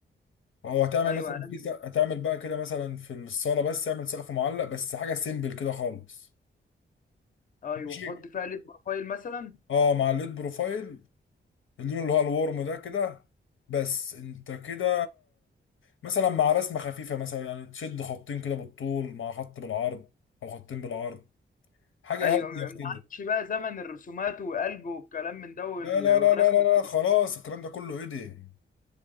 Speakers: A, on the left (about 85°); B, on the left (about 40°).
A: او هتعمل
B: أيوه
A: مثلا
B: هنعمل
A: في سق- هتعمل بقى كده مثلا في الصاله بس اعمل سقف معلق بس حاجه سيمبل كده خالص
B: أيوه
A: ماشي
B: وأحط فيها ليد بروفايل مثلا
A: اه مع الليد بروفايل اللون اللي هو الورم ده كده بس انت كده مثلا مع رسمه خفيفه مثلا يعني تشد خطين كده بالطول مع خط بالعرض او خطين بالعرض حاجه
B: أيوه
A: هاديه
B: ما
A: كده
B: عادش بقى زمن الرسومات وقلب والكلام من ده وال-
A: لا لا
B: والرسمة
A: لا لا لا
B: الكبيرة.
A: لا خلاص الكلام ده كله ايه ده